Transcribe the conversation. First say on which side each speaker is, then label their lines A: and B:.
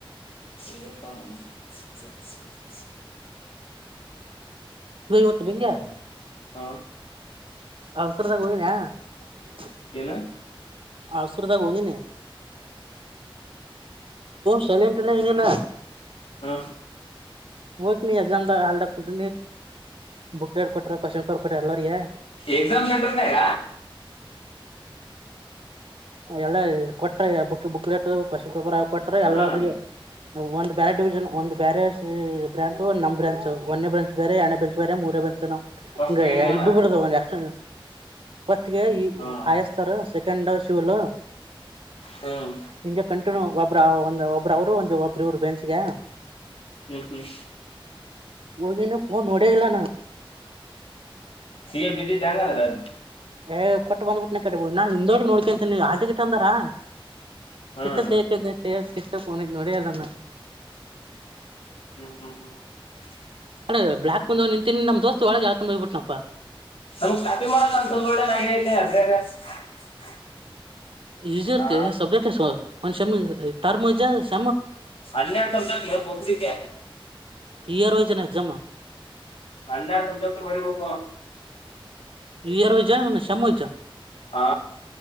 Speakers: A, on the left (about 80°); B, on the right (about 70°).
A: ಇ <unintelligible>
B: ನೀ ಹೊತ್ತು ಬಗೆಾರ
A: ಹ್ಮ್. ಹ್ಮ್.
B: ಅಫಸರದಗ ನ <unintelligible>
A: ಇನ್ನು
B: ಅಸರದಾಗ ಹೋಗಿನೆ ಶಳೆಂಟಲ್ಲ ಏನಿಲ್ಲ
A: ಹ್ಮ
B: ಹೋಗ ನೀ ಅಜಂದ ಹಲ್ದ ಕುಂಟ ಬುಕ್ ಹೇಡ್ ಕೊಟ್ರ ಕ್ವಶನ್ ಪೇಪರ್ ಕೊಟ್ರ ಎಲ್ಲರಿಗೆಗೆ
A: ಎಕ್ಸಾಮ್ ನಂದ್ರನ ಹ
B: ಎಲ್ಲಾ ಕೊಟ್ರ ಬುಕ್ ಬುಕ್ಲೇಟ್ ಕ್ವಶನ್ ಪೇಪರ್ ಆಿ ಕೊಟ್ಟ್ರ ಎಲ್ಲಿಗೆ
A: ಹ್ಮ್
B: ಒಂದ್ ಬೇರೆ ಡಿವಿಜನ್ ಒಂದ ಬೇರೆ ಬ್ರಾಂಚ್ ಒಂದ ನಮ ಬ್ರಾಂಚ್ ಒಂದೇ ಬ್ರಾಂಚ್ ಬೇರೆ ಎರಡೇ ಬ್ರಾಂಚ್ ಬೇರೆ ಮೂರೇ ಬ್ರಾಂಚ್ ಹಂಗ
A: ಫಸ್ಟಿಗೆ ನಾನು
B: ಇಬ್ಬ ಬಿಡದ ಎಷ್ಟ ಫಸ್ಟ್ಗೆ
A: ಹ್ಮ್
B: ಆಯಸ್ತರ್ ಸೆಕೆಂಡ್ ಶಿವಲ್
A: ಹ್ಮ್
B: ನಿಜ ಕಂಟಿನ್ಯೂ ಒಬರ ಒಂದು ಒಬ್ರು ಅವರು ಒಂದು ಒಬ್ರ ಇರು ಬೆನ್ಸಿಗೆ
A: ಹ್ಮ್ ಹ್ಮ್
B: ಹೋಗಿನ ಫೋನ್ ಹೊಡ ಇಲ್ಲ ನ
A: ಸಿ ಎ ಬಿಿದ್ದಿ ಾಗ <unintelligible>
B: ಏ್ ಕೊಟ್ಟ ಬ್ಬಿಟ್ಟನ ಕಟ್ಟಬುದು ನಾನ್ ಹಂದೋಡಿ ನೋಡ್ಕಂತೀನಿ ಆಾ ಟಗಟ್ ಅಂದಾರಾ
A: ಹ್ಮ್
B: ಕಿಸ್ತಕ್ ಕೈಯ್ಯ ಕಯ್ಯಕ್ ಕಿಸತಕ್ ಅವನಿಗೆ ನೋಡಲ್ಲಮ್ಮ
A: ಹ್ಮ್ ಹ್ಮ್ ಹ್ಮ್ <unintelligible>
B: ಅೇ ಬ್ಲ್ಾ ಕುಂದೋಗ್ ನಿಂತಿ ನಮ್ ದಸ್ತ್ ಒಳಗೆ ಹಳ್ಕೊಂಡ್ ಹೋಗ್ಬ ಬಿಟ್ಟನಪ್ಪ
A: ನಮ್ಗ್ ಸ್ಾಪಿ ಮಾಡಲ್ಲ ನಸಲ್ ಒಳ್ಳೆ ರಾಗದೆ ಅದ್ರಾಗ <unintelligible>
B: ಈಸಿ ಇರ್ತ
A: ಹಾ
B: ಸಬ್ಜಕ್ಟ್ ಒ ಶ ಟರ್ಮ <unintelligible>
A: ಅಲ್ಲಯಟಟ ಬೋಗಿದ್ದ
B: ಇಯರ್ಸ ಎಸಾಮ
A: ಅಲ್ಲ ಸಬ್ಜೆಕ್ಟ್ ಬರ ಹೋಗೋಗ
B: ಎಾರವ ಜಾವ ಶಾಮ ಜ
A: ಹಾ